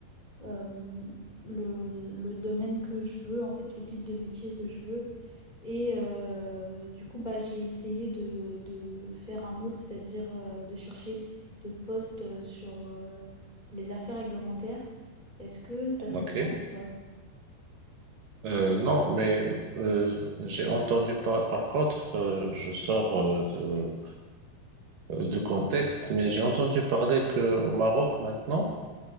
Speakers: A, on the left; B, on the right.
A: euh, le, le domaine que je veux, en fait, le type de métier que je veux. Et euh, du coup, bah, j'ai essayé de, de faire un autre, c'est-à-dire euh, de chercher d'autres postes euh, sur euh, les affaires réglementaires. Est-ce que ça te
B: Ok.
A: parle ou pas?
B: Euh, non, mais euh, j'ai entendu par, par contre, euh, je sors euh, de, euh, de contexte, mais j'ai entendu parler que au Maroc maintenant,